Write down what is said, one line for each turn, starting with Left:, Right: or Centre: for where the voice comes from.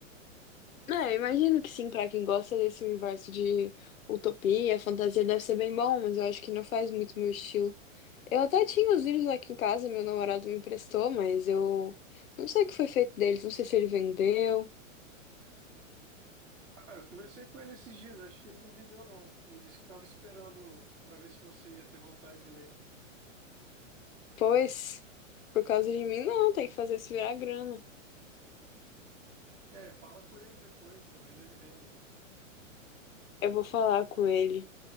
Left: É, eu imagino que sim, pra quem gosta desse universo de utopia, fantasia, deve ser bem bom, mas eu acho que não faz muito meu estilo. Eu até tinha os livros aqui em casa, meu namorado me emprestou, mas eu não sei o que foi feito deles, não sei se ele vendeu.
Right: Ah, eu conversei com ele esses dias, acho que ele não vendeu, não. Ele disse que estava esperando para ver se você ia ter vontade de ler.
Left: Pois, por causa de mim, não, tem que fazer isso virar grana.
Right: É, fala com ele depois, talvez ele venda.
Left: Eu vou falar com ele.